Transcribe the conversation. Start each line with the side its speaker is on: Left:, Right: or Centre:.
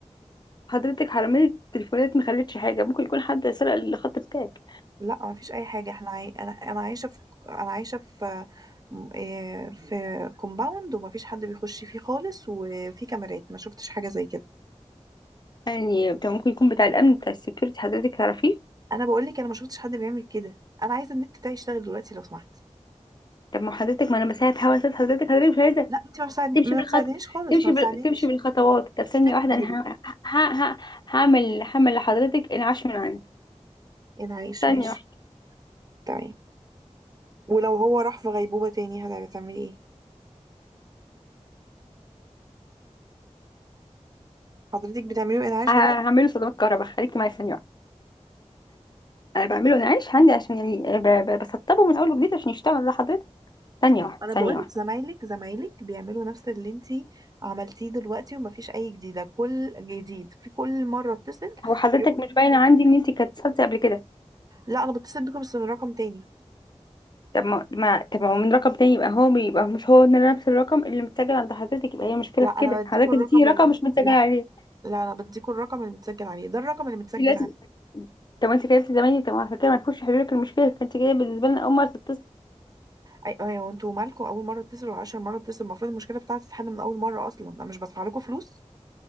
Left: حضرتك حرماني التليفونات ما خلتش حاجة ممكن يكون حد سرق الخط بتاعك
Right: لا ما فيش اي حاجه احنا عاي... انا انا عايشه في انا عايشه في م- إيه، في كومباوند وما فيش حد بيخش فيه خالص وفي كاميرات ما شفتش حاجه زي كده
Left: يعني طب ممكن يكون بتاع الأمن بتاع السكيورتي حضرتك تعرفيه
Right: انا بقول لك انا ما شفتش حد بيعمل كده انا عايزه النت بتاعي يشتغل دلوقتي لو سمحتي
Left: طب ما حضرتك ما أنا بساعد هوا ساعد حضرتك حضرتك مش عايزة
Right: لا انت ما بتساعد...
Left: تمشي
Right: ما
Left: بالخط
Right: بتساعدنيش خالص
Left: تمشي
Right: ما بتساعدنيش
Left: بال... تمشي بالخطوات طب ثانية
Right: فين
Left: واحدة
Right: مديري
Left: أنا ه... ه... ه... هعمل هعمل لحضرتك انعاش من عندي
Right: انعاش
Left: ثانية
Right: ماشي
Left: واحدة
Right: تمام ولو هو راح في غيبوبه تاني هتعملي ايه حضرتك بتعمليه انعاش
Left: ه-
Right: دلوقتي
Left: هعمله صدمات كهرباء خليكي معايا ثانية واحدة انا بعمله انا عايش عندي عشان يعني آه، ب- ب- بسطبه من اول وجديد عشان يشتغل لحضرتك ثانيه واحده
Right: انا بقولك
Left: ثانيه واحده
Right: زمايلك زمايلك بيعملوا نفس اللي انتي عملتيه دلوقتي ومفيش اي جديده كل جديد في كل مره اتصل
Left: هو حضرتك
Right: يقول
Left: مش باينه عندي ان انت كانت اتصلتي قبل كده
Right: لا انا بتصل بيكم بس من رقم تاني
Left: طب ما ما- طب ما هو من رقم تاني يبقى هو يبقى مش هو نفس الرقم اللي متسجل عند حضرتك يبقى هي مشكله
Right: لا
Left: في
Right: انا
Left: كده
Right: بديكوا
Left: حضرتك
Right: الرقم
Left: اديتيني رقم
Right: اللي
Left: مش متسجل
Right: لا
Left: عليه
Right: لا انا بديكوا الرقم اللي متسجل عليه ده الرقم اللي متسجل
Left: انت لازم
Right: عليه
Left: طب انت كلمتي زمايلي طب عشان كده ما تكونش حضرتك المشكله فانت جايه بالنسبه لنا اول مره تتصل
Right: اي ايوه وانتوا مالكوا اول مره اتصل وعشر مره اتصل المفروض المشكله بتاعتي تتحل من اول مره اصلا انا مش بدفع لكم فلوس